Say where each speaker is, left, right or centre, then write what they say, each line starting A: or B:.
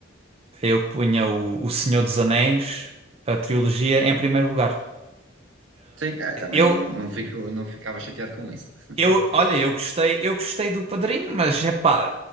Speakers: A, on the right; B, on the right.
A: eu punha o, o Senhor dos Anéis, a trilogia, em primeiro lugar.
B: Sim, é, também
A: Eu,
B: não, não, fico, não ficava chateado com isso. <laughs>
A: Eu, olha, eu gostei, eu gostei do Padrinho, mas é pá,